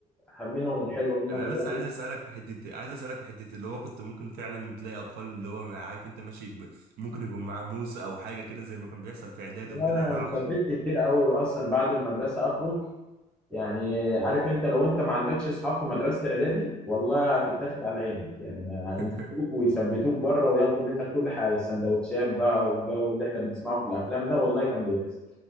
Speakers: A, in the centre; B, on the right (about 65°).
A: منهم الحلو منهم
B: انا
A: الوحش
B: بس عايز اسالك في حته عايز اسالك في حته اللي هو كنت ممكن فعلا تلاقي اطفال اللي هو عارف انت ماشي ب- ممكن يكون معاه موس او حاجه كده زي ما كان بيحصل في اعداد
A: انا
B: وكده انا اعرف
A: اتثبت كتير قوي اصلا بعد المدرسه اخرج يعني عارف انت لو انت ما عندكش اصحاب في مدرسه اعدادي والله هتتاخد على عينك يعني
B: <laughs>
A: هيمسكوك ويثبتوك بره وياخدوا منك كل حاجه السندوتشات بقى والجو اللي احنا بنسمعه في الافلام ده والله كان بيحصل